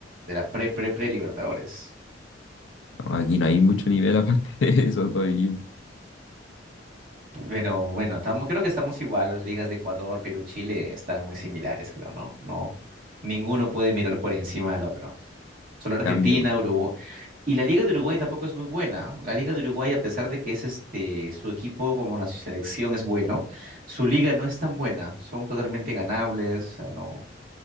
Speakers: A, on the right (about 50°); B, on the left (about 80°).
A: de la pre, pre, pre-Libertadores.
B: No, Aquí no hay mucho nivel aparte <laughs> de esos dos equipos.
A: Pero bueno, estamos, creo que estamos igual, las ligas de Ecuador, Perú, Chile están muy similares, creo, ¿no? No, ninguno puede mirar por encima al otro. Solo Argentina,
B: Cambio.
A: Uruguay. Y la Liga de Uruguay tampoco es muy buena. La Liga de Uruguay, a pesar de que es este, su equipo como una selección es bueno, su liga no es tan buena. Son totalmente ganables. o sea, no,